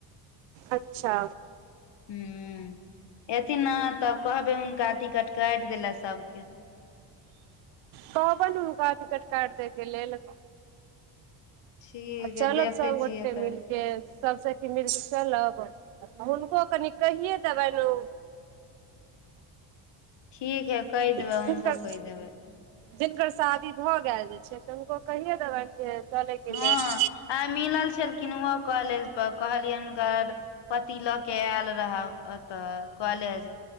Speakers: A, on the right (about 85°); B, on the left (about 60°).
A: अच्छा
B: हुँ एथिन नऽ तब कहबै हुनका टिकट काटि दै ल सब केँ
A: कहबे हुनका टिकट काइट दैय कऽ लेल आ
B: ठीक
A: चलब
B: है देखै
A: सबगोटे
B: छियै कनि
A: मिल केँ सबसँ कि मिर्स चलब हुनको कनि कहिये दबन ने
B: ठीक हा कहि देबै
A: जिनकर
B: हुनको कहि देबै
A: जिनकर शादी भऽ गेल जे छै तऽ हुनको कहिये देबनि जे चलयके
B: हाँ
A: लेल
B: आइ मिलल छलखिन ओहो कॉलेज पर कहलियै हुनकर पति ल के आयल रह ओतऽ कॉलेज